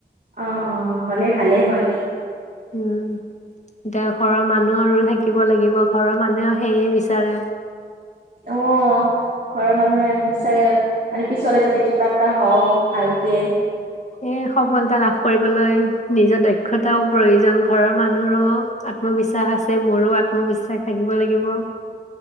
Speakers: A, on the right; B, on the left.
A: অ অ হ'লে ভালে হয়।
B: উম এতিয়া ঘৰৰ মানুহৰো থাকিব লাগিব, ঘৰৰ মানুহেও সেইয়ে বিচাৰে।
A: অ ঘৰৰ মানুহে বিচাৰে, মানে পিছলে যাতে কিবা এটা হও। ভালকে,
B: এ সফলতা লাভ কৰিবলৈ নিজৰ দক্ষতাও প্ৰয়োজন। ঘৰৰ মানুহৰো আত্মবিশ্বাস আছে, মোৰো আত্মবিশ্বাস থাকিব লাগিব।